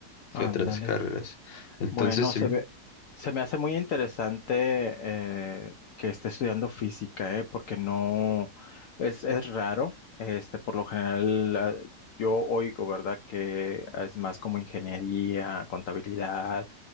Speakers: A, on the left; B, on the left.
A: que
B: Ándale.
A: otras carreras. Entonces,
B: Bueno,
A: sí,
B: se ve, se me hace muy interesante eh, que esté estudiando física, eh, porque no es, es raro. Este, por lo general, ah, yo oigo, ¿verdad? Que es más como ingeniería, contabilidad